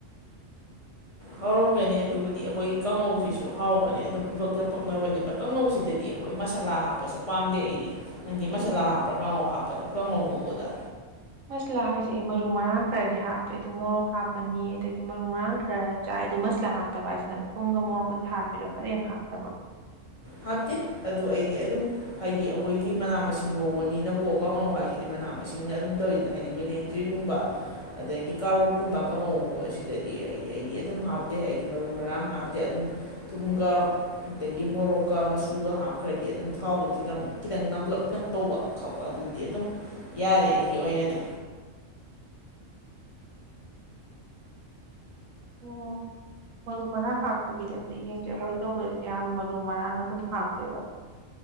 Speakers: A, on the left; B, on the right.
A: ꯍꯥꯎꯔꯝꯒꯅꯤ ꯑꯗꯨꯕꯨꯗꯤ ꯑꯩꯈꯣꯏ ꯀꯥꯡꯉꯧꯁꯤꯁꯨ ꯍꯥꯎꯕꯅꯦ ꯑꯗꯨꯝ ꯏꯄꯛꯇ ꯄꯛꯅꯕꯅꯦꯕ ꯀꯥꯡꯉꯧꯁꯤꯗꯗꯤ ꯑꯩꯈꯣꯏ ꯃꯁꯥꯂꯥ ꯍꯥꯞꯄꯁꯦ ꯄꯥꯝꯗꯦ ꯑꯩꯗꯤ ꯅꯪꯒꯤ ꯃꯁꯥꯂꯥ ꯍꯥꯞꯄ꯭ꯔꯥ ꯀꯥꯡꯉꯧ ꯍꯥꯞꯄ ꯀꯥꯡꯉꯧ ꯉꯨꯕꯗ
B: ꯃꯁꯂꯥ ꯍꯥꯏꯁꯦ ꯑꯩ ꯃꯔꯨ ꯃꯔꯥꯡ ꯈꯔꯗꯤ ꯍꯥꯞꯄꯦ ꯑꯗꯨꯝ ꯃꯣꯔꯣꯛ ꯍꯥꯞꯄꯅꯤ ꯑꯗꯒꯤ ꯃꯔꯨ ꯃꯔꯥꯡ ꯈꯔ ꯆꯥꯏ ꯑꯗꯨ ꯃꯁꯂꯥ ꯍꯥꯞꯇꯕ ꯍꯥꯏꯁꯤ ꯅꯪ ꯄꯨꯡꯒ ꯃꯣꯔꯣꯛꯀꯗ ꯍꯥꯞꯄꯤꯔꯣ ꯀꯔꯤꯝ ꯍꯥꯞꯇꯕ꯭ꯔꯣ
A: ꯍꯥꯞꯇꯦ ꯑꯗꯨ ꯑꯩꯗꯤ ꯑꯗꯨꯝ ꯍꯥꯏꯗꯤ ꯑꯩꯈꯣꯏꯒꯤ ꯃꯅꯥ ꯃꯁꯤꯡ ꯉꯧꯕꯅꯤꯅꯀꯣ ꯀꯥꯡꯉꯧ ꯍꯥꯏꯁꯤꯗꯤ ꯃꯅꯥ ꯃꯁꯤꯡꯅ ꯑꯗꯨꯝ ꯇꯧꯔꯤꯗꯅ ꯍꯥꯏꯗꯤ ꯕꯤꯗꯦꯟꯗ꯭ꯔꯤꯒꯨꯝꯕ ꯑꯗꯒꯤ ꯀꯥꯔꯣꯠꯀꯨꯝꯕ ꯀꯥꯡꯉꯧꯒꯨꯝ ꯑꯁꯤꯗꯗꯤ ꯍꯥꯏꯗꯤ ꯑꯩꯗꯤ ꯑꯗꯨꯝ ꯍꯥꯞꯇꯦ ꯑꯩꯗꯤ ꯃꯔꯨ ꯃꯔꯥꯡ ꯍꯥꯞꯇꯦ ꯑꯗꯨꯝ ꯊꯨꯝꯒꯥ ꯑꯗꯒꯤ ꯃꯣꯔꯣꯛ ꯀ ꯃꯆꯨꯒ ꯍꯥꯞꯈ꯭ꯔꯗꯤ ꯑꯗꯨꯝ ꯊꯥꯎꯗꯣ ꯈꯤꯇꯪ ꯈꯤꯇꯪ ꯅꯝꯂꯞꯅ ꯇꯧꯕ ꯈꯥꯎ ꯑꯗꯨꯗꯤ ꯑꯗꯨꯝ ꯌꯥꯔꯦ ꯑꯩꯒꯤ ꯑꯣꯏꯅꯗꯤ
B: ꯑꯣ ꯃꯔꯨ ꯃꯔꯥꯡ ꯍꯥꯞꯇꯕꯤꯗꯤ ꯑꯝꯇ ꯌꯦꯡꯁꯦ ꯑꯩꯈꯣꯏ ꯇꯧꯕꯗꯗꯤ ꯑꯌꯥꯝꯕ ꯃꯔꯨ ꯃꯔꯥꯡ ꯑꯗꯨꯝ ꯍꯥꯞꯄꯦꯕ <inaudible>